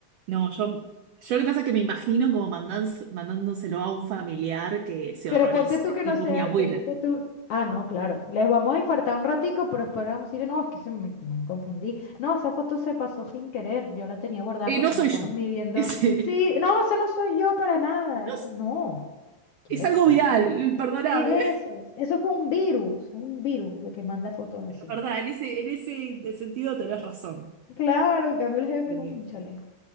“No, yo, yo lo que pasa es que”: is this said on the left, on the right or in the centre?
Right